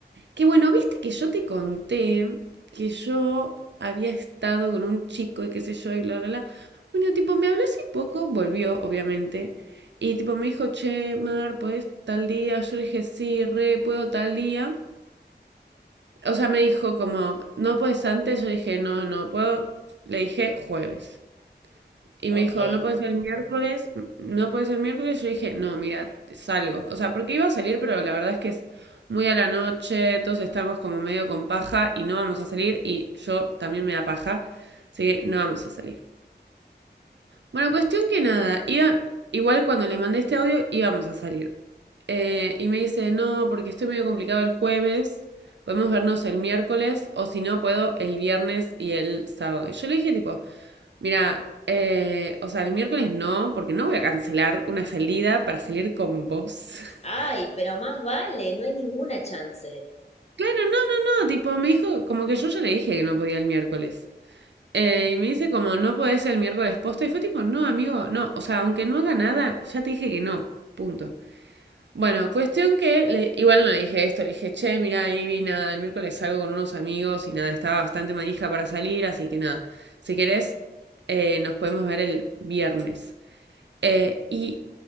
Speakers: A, on the right; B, on the left.
A: Que bueno, viste que yo te conté que yo había estado con un chico y qué sé yo y bla, bla, bla. Bueno, tipo, me habló hace poco, volvió, obviamente. Y tipo, me dijo, che, Mar, ¿puedes tal día? Yo le dije, sí, re, puedo tal día. O sea, me dijo como, ¿no puedes antes? Yo dije, no, no puedo. Le dije, jueves. Y
B: Ok.
A: me dijo, no puede ser el miércoles, n- no puede ser el miércoles. Yo dije, no, mira, salgo. O sea, porque iba a salir, pero la verdad es que es muy a la noche, todos estamos como medio con paja y no vamos a salir. Y yo también me da paja, así que no vamos a salir. Bueno, cuestión que nada, iba, igual cuando le mandé este audio íbamos a salir. Eh, y me dice, no, porque estoy medio complicado el jueves, podemos vernos el miércoles o si no puedo el viernes y el sábado. Y yo le dije, tipo, Mira, eh, o sea, el miércoles no, porque no voy a cancelar una salida para salir con vos. <laughs>
B: Ay, pero más vale, no hay ninguna chance.
A: Claro, no, no, no, tipo, me dijo, como que yo ya le dije que no podía el miércoles. Eh, y me dice como, no podés el miércoles posta. Y fue tipo, no, amigo, no, o sea, aunque no haga nada, ya te dije que no, punto. Bueno, cuestión que, le- igual no le dije esto, le dije, che, mira, Ivy, nada, el miércoles salgo con unos amigos y nada, estaba bastante manija para salir, así que nada, si querés, eh, nos podemos ver el viernes. Eh, y